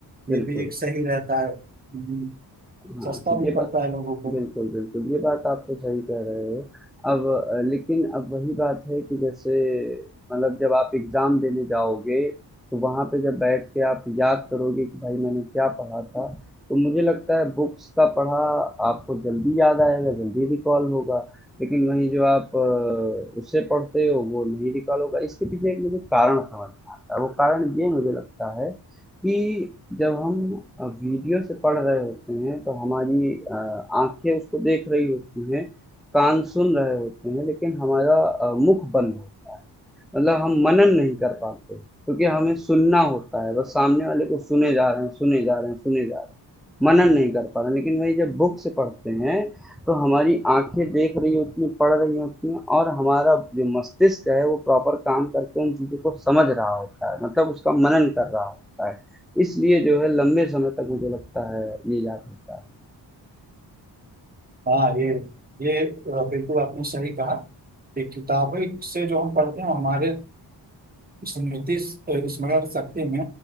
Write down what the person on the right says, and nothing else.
ये भी एक सही रहता है हम्म,
सस्ता
भी
पड़ता
है लोगों को
हाँ ये ये अ, बिल्कुल आपने सही कहा कि किताबें से जो हम पढ़ते हैं हमारे स्मृति अ, स्मरण शक्ति में